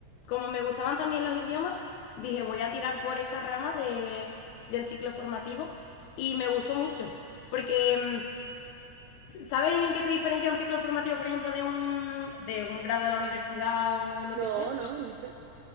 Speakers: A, on the left; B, on the right.
A: como me gustaban también los idiomas, dije, voy a tirar por esta rama de, del ciclo formativo y me gustó mucho, porque mm, ¿Sabes en qué se diferencia un ciclo formativo, por ejemplo, de un, de un grado de la universidad o lo
B: No,
A: que sea?
B: no, no sé.